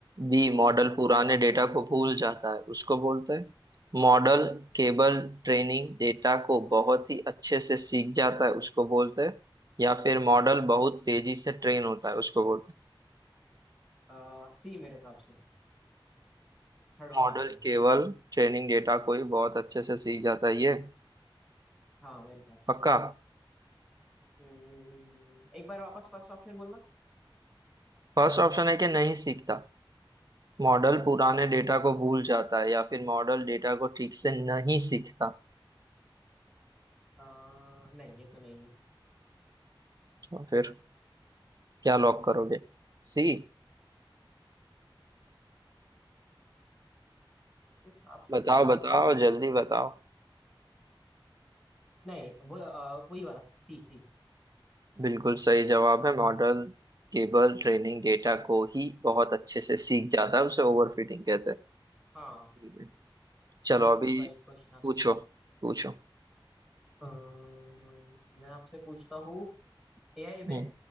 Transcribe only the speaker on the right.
बी
मॉडल
पुराने डेटा को भूल जाता है उसको बोलते हैं मॉडल केबल ट्रेनिंग डेटा को बहुत ही अच्छे से सीख जाता है उसको बोलते हैं या फिर मॉडल बहुत तेजी से ट्रेन होता है उसको बोलते हैं
मॉडल
केवल ट्रेनिंग डेटा को ही बहुत अच्छे से सीख जाता है ये
पक्का
फर्स्ट ऑप्शन है कि नहीं सीखता मॉडल
पुराने
डेटा को भूल जाता है या फिर मॉडल डेटा को ठीक से नहीं सीखता
तो फिर क्या लॉक करोगे सी
बताओ
बताओ जल्दी बताओ
बिल्कुल सही जवाब है मॉडल केवल ट्रेनिंग डेटा को ही बहुत अच्छे से सीख जाता है उसे ओवरफिटिंग कहते हैं
ठीक है चलो
अभी
पूछो पूछो
हम्म